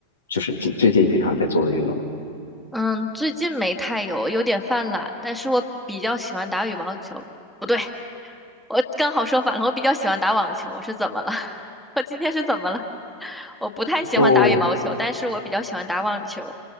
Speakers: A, on the left; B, in the centre.
A: 就是近最近经常在做的运动？
B: 嗯，最近没太有，有点犯懒，但是我比较喜欢打羽毛球。不对。我刚好说反了，我比较喜欢打网球。我是怎么了？<laughs> 我今天是怎么了？我不太喜欢打羽毛球，
A: 哦
B: 但是我比较喜欢打网球，